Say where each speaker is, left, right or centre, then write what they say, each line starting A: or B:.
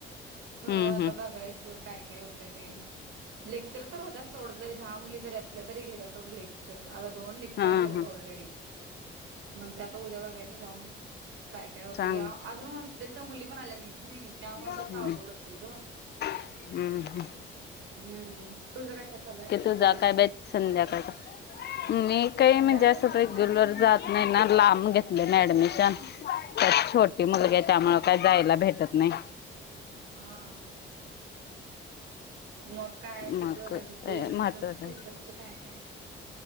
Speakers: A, on the right; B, on the left.
A: खरं
B: हम्म
A: आता
B: हम्म
A: बघायचं काय काय होतंय ते लेक्चर तर होत सोड जरी दहा मुली जरी असल्या तरी घेतात. लेक्चर आता, दोन लेक्चर
B: हा
A: झाल्यात
B: हा
A: ऑलरेडी. म्हणते, आता उद्या बघायचं जाऊन. काय काय होते
B: सांग
A: अजून हॉस्टेलच्या मुली पण आल्या नाहीत नाही त्यामुळे
B: हम्म
A: कसं अवघड होते ग.
B: हम्म हम.
A: हम्म. तुझं काय?? काय चालू आहे
B: तुझा
A: कॉलेजच.
B: काय बाई संध्याकाळचा मी काही
A: संध्याकाळचं
B: म्हणजे, असं रेग्युलर
A: काय नाही
B: जात
A: आता
B: नाही. ना लांब घेत <unintelligible> ऍडमिशन तर छोटी मुलगी
A: हा
B: आहे. त्यामुळे काही जायला भेटत नाही.
A: हा.. मग, काय? तुझं
B: मग
A: म्हणजे ते रिसर्च
B: महत्वाचं
A: पेपरच काय? काय?